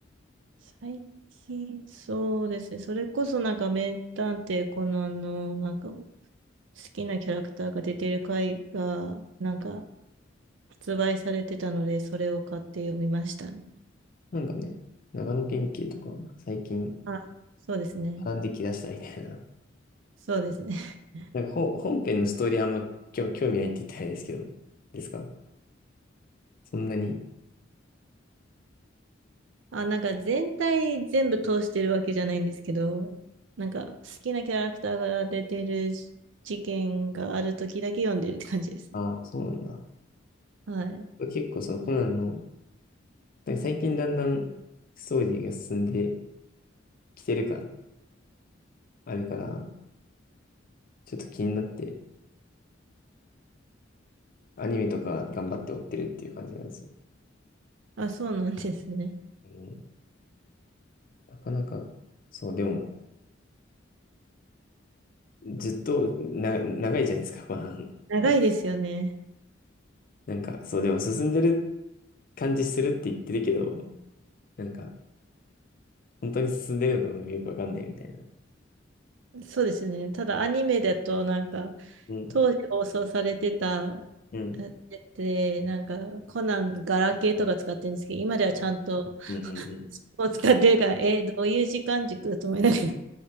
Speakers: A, on the right (about 70°); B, on the left (about 45°).
A: 最近、そうですね。それこそなんか名探偵コナンのなんか好きなキャラクターが出てる回がなんか発売されてたので、それを買って読みましたね。
B: なんかね、長野県警とか、最近、
A: あ、そうですね。
B: 学んできだしたみたいな。
A: そうですね。<laughs>
B: <laughs> なんか本、本編のストーリーあんま興興味ないって言ったらあれですけど、ですかそんなに。
A: あ、なんか全体全部通してるわけじゃないんですけど、なんか好きなキャラクターが出てるじ事件がある時だけ読んでるって感じですね。
B: ああ、そうなんだ。
A: はい。
B: 結構そのコナンの、なんか最近だんだんストーリーが進んできてる感あるから、ちょっと気になって、アニメとか頑張って追ってるっていう感じなんですよ。
A: あ、そうなんですね。
B: うん、なかなか、そう、でも、ずっとな、長いじゃないですか、コナン。
A: 長いですよね。
B: なんか、そう、でも進んでる感じするって言ってるけど、なんか、本当に進んでるのかもよくわかんないみたいな。
A: そうですよね。ただアニメだとなんか
B: うん、
A: 当時放送されてた
B: うん、
A: やつでなんかコナンガラケーとか使ってるんですけど今ではちゃんと
B: うん、うん、うん。
A: もう使ってるからえーどういう時間軸だと思いながら